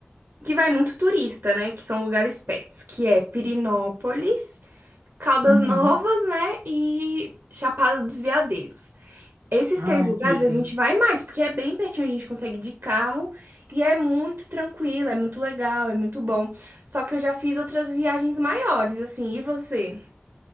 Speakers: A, on the right; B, on the right.
A: que vai muito turista, né? Que são lugares pertos, que é Pirinópolis, Caldas
B: Uhum.
A: Novas, né? E Chapada dos Veadeiros. Esses
B: Ai,
A: três lugares
B: que legal.
A: a gente vai mais, porque é bem pertinho, a gente consegue de carro e é muito tranquilo, é muito legal, é muito bom. Só que eu já fiz outras viagens maiores, assim, e você?